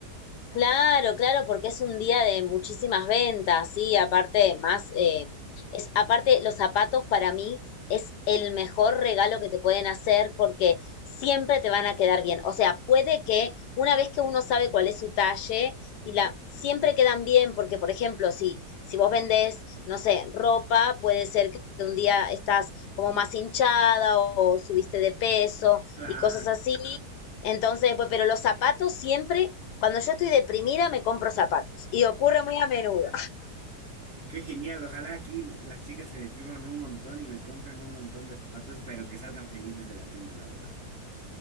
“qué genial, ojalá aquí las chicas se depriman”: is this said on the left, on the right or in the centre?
Right